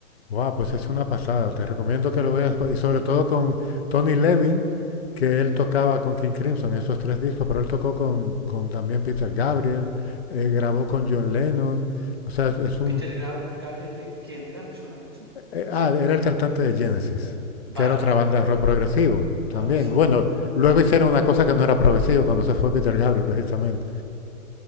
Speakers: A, on the left; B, on the right.
A: wow, pues es una pasada, te recomiendo que lo veas. pues, Y sobre todo con Tony Levin, que él tocaba con King Crimson, esos tres discos, pero él tocó con, con también Peter Gabriel, eh, grabó con John Lennon. O sea, es, es un,
B: Peter Gabr- Gabriel, ¿de quién era? ¿Me suena mucho?
A: Eh, ah, era el cantante de Genesis,
B: Vale,
A: que era otra
B: vale,
A: banda
B: vale,
A: de
B: vale.
A: rock progresivo
B: Vale,
A: también.
B: sí.
A: Bueno, luego hicieron una cosa que no era progresivo cuando se fue Peter Gabriel, precisamente.